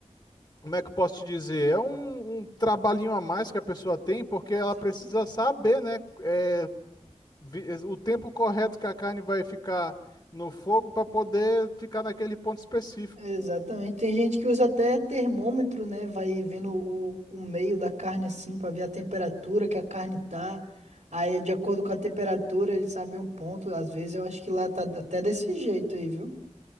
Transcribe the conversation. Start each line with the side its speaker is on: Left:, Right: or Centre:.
Left: como é que eu posso te dizer? É um, um trabalhinho a mais que a pessoa tem, porque ela
Right: Sim.
Left: precisa saber, né, é, vi- é, o tempo correto que a carne vai ficar no fogo para poder ficar naquele ponto específico.
Right: Exatamente. Tem gente que usa até termômetro, né? Vai vendo o, o meio da carne assim para ver a temperatura que a carne tá. Aí, de acordo com a temperatura, ele sabe um ponto. Às vezes eu acho que lá tá até desse jeito aí, viu?